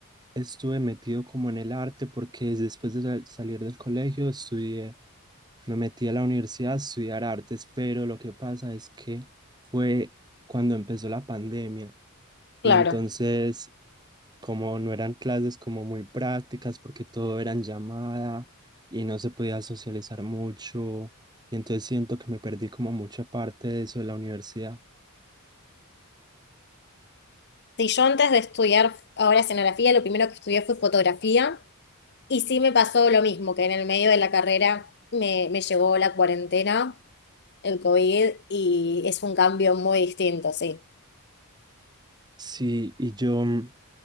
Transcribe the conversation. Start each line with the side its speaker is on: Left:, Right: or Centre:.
Right: estuve metido como en el arte porque después de sal- salir del colegio estudié, me metí a la universidad a estudiar artes, pero lo que pasa es que fue cuando empezó la pandemia
Left: Claro.
Right: Y entonces, como no eran clases como muy prácticas, porque todo era en llamada y no se podía socializar mucho, y entonces siento que me perdí como mucha parte de eso de la universidad.
Left: Sí, yo antes de estudiar ahora escenografía, lo primero que estudié fue fotografía y sí me pasó lo mismo, que en el medio de la carrera me, me llegó la cuarentena, el COVID y es un cambio muy distinto, sí.
Right: Sí, y yo, mm,